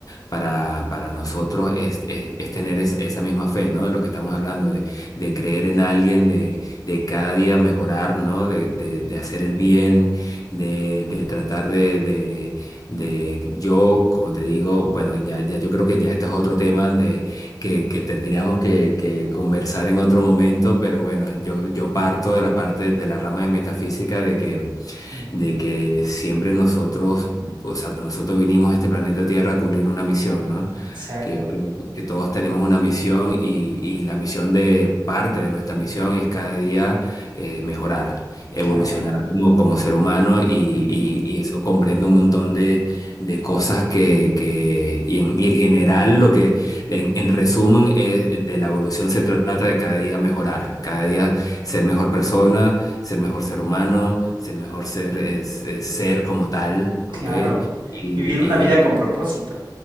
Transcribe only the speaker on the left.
para, para nosotros es, es- es tener es- esa misma fe, ¿no? De lo que estamos hablando, de, de creer en alguien, de, de cada día mejorar, ¿no? De, de- de hacer el bien, de, de tratar de, de, de- yo, como te digo, bueno, ya, ya yo creo que ya este es otro tema de que, que tendríamos que, que conversar en otro momento, pero bueno, yo, yo parto de la parte de la rama de metafísica de que
de que siempre nosotros, o sea, que nosotros vinimos a este planeta Tierra a cumplir una misión, ¿no?
Que, que- que todos tenemos una misión y, y la misión de parte de nuestra misión es cada día eh, mejorar, evolucionar
como, como ser humano y,
y- y eso comprende un montón de, de cosas que, que y en, y en general lo que, en, en resumen, es, de la evolución se trata de cada día mejorar, cada día ser mejor persona ser mejor ser humano, ser mejor ser es, es ser como tal, ¿ok?
Y,
y